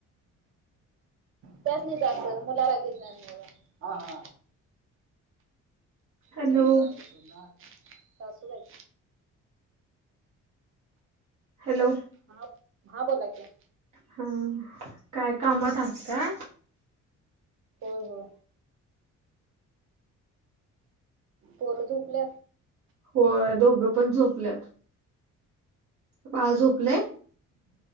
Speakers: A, on the right; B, on the right.
A: त्यासनी जायचं मुलाला घेतल्यामुळ, हा हा
B: हॅलो
A: कोण <unintelligible> सासुबाई
B: हॅलो
A: हां, हां बोला की
B: हा काय कामात आहात का?
A: हो हो पोरं झोपल्यात?
B: व्हय, दोघं पण झोपल्यात. बाळ झोपलय?